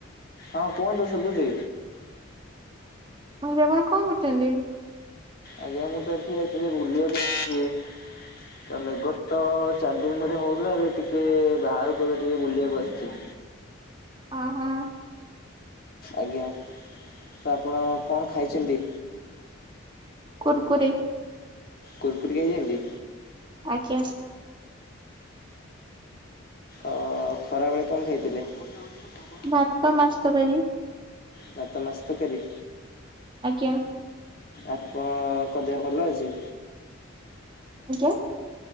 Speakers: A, on the left; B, on the right.
A: ହଁ କୁହନ୍ତୁ ଶୁଭୁଛି।
B: <unintelligible> କହୁଛନ୍ତି?
A: ଆଜ୍ଞା ମୁଁ ତ ଏଠି ଏବେ ବୁଲିବାକୁ <inaudible> ସି ତ ମେଘତ ଚାରି ଦିନି ଧରି ହଉଥିଲା। ଏବେ ଟିକେ ବାହାରକୁ ଏବେ ଟିକେ ବୁଲିବାକୁ ଆସିଚି।
B: ହଁ ହଁ।
A: ଆଜ୍ଞା ତ ଆପଣ କଣ ଖାଇଛନ୍ତି?
B: କୁର୍କୁରି
A: କୁର୍କୁରି ଖାଇଛନ୍ତି।
B: ଆଜ୍ଞା।
A: ଓ ଖରାବେଳେ କଣ ଖାଇଥିଲେ? <unintelligible>
B: ଭାତ ମାଛ ତରକାରୀ-
A: ଭାତ ମାଛ ତରକାରୀ
B: ଆଜ୍ଞା।
A: ଆପଣଙ୍କ ଦେହ ଭଲ ଅଛି?
B: ଆଜ୍ଞା